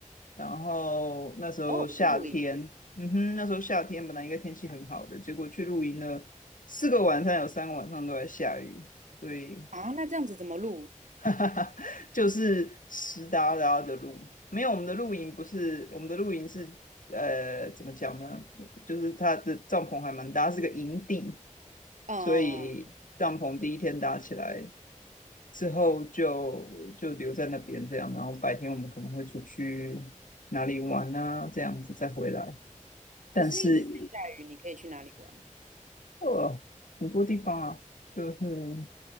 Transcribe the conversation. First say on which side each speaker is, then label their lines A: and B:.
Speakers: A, on the left; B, on the right.
A: 然后那时候夏天，
B: 哦，露营
A: 嗯哼，那时候夏天本来应该天气很好的，结果去露营呢，四个晚上，有三个晚上都在下雨，对，
B: 啊，那这样子怎么露？
A: <laughs> 就是湿哒哒的路。没有，我们的露营不是，我们的露营是呃，怎么讲呢？就是它的帐篷还蛮大，它是个营地，
B: 嗯嗯嗯，
A: 所以帐篷第一天搭起来之后就就留在那边这样，然后白天我们可能会出去哪里玩啊，这样子再回来。但是
B: 可是一直在下雨，你可以去哪里玩？
A: 呃，很多地方啊，就是